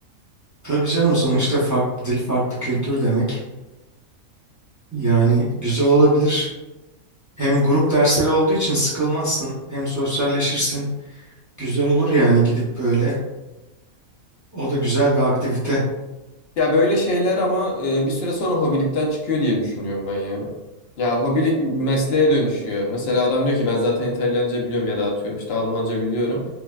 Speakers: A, on the right; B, on the left.
A: tabii canım sonuçta farklı dil, farklı kültür demek. Yani güzel olabilir. Hem grup dersleri olduğu için sıkılmazsın, hem sosyalleşirsin. Güzel olur yani gidip böyle. O da güzel bir aktivite.
B: Ya böyle şeyler ama e, bir süre sonra hobilikten çıkıyor diye düşünüyorum ben ya. Ya hobilik mesleğe dönüşüyor. Mesela adam diyor ki ben zaten İtalyanca biliyorum ya da atıyorum işte Almanca biliyorum.